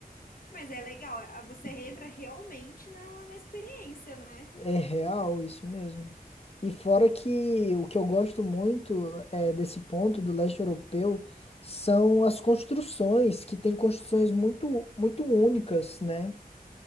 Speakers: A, on the left; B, on the left.
A: mas é legal, a- você entra realmente na, na experiência, né?
B: É real isso mesmo. E fora que o que eu gosto muito é, desse ponto do leste europeu são as construções, que tem construções muito, muito únicas, né?